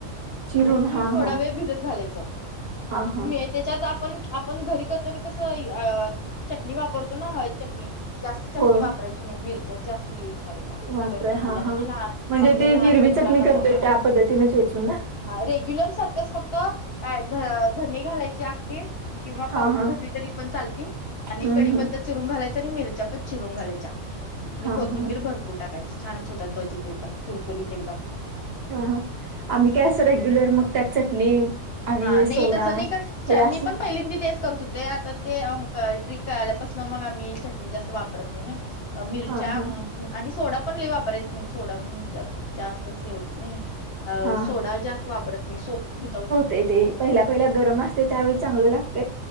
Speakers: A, on the right; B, on the left.
A: चिरून
B: आणि पीठ
A: हा
B: थोडा
A: हा
B: वेळ भिजत घालायचं.
A: हा हा
B: मी त्याच्यात आपण आपण घरी करताना कसं अ चटणी वापरतो ना हळद चटणी जास्त.
A: हो
B: मी वापरायची नाही मिरच्याच जास्त युज करायच्या.
A: बापरे
B: तिखट नसलेल्या
A: हा
B: म्हणजे
A: हा
B: लहान
A: म्हणजे
B: आपल्या
A: ती
B: लहान
A: हिरवी
B: मुलांना
A: चटणी करतोय
B: पण खाय
A: त्या पद्धतीने चेचून ना
B: हा रेग्युलर सारखंच फक्त काय ध-धने घालायचे आख्खे. किंवा
A: हा
B: पावडर
A: हा
B: घातली तरी पण चालती आणि
A: हम्म
B: कडीपत्ता
A: हम्म
B: चिरून घालायचा आणि मिरच्या पण चिरून घालायच्या आणि
A: हा
B: कोथिंबीर
A: हा
B: भरपूर टाकायची. छानच होतात भजी ते पण. कुरकुरीत एकदम.
A: हं हं आम्ही काय असं रेग्युलर मग त्यात चटणी आणि
B: हा नाही
A: सोडा
B: तसं नाही का
A: हे
B: च मी
A: असं
B: पण पहिलिंदी तेच करतो होते आता ते अ ट्रिक कळाल्यापासून मग आम्ही चटणी जास्त वापरत नाही नई. मिरच्या
A: हा हा
B: म म आणि सोडा पण लय वापरायचा नाही सोडम जर जास्तच हे होतं नी. अ
A: हा
B: सोडा जास्त वापरत नाही सो विदाउट
A: ते ते पहिला पहिला गरम अस ते त्यावळी चांग लागतय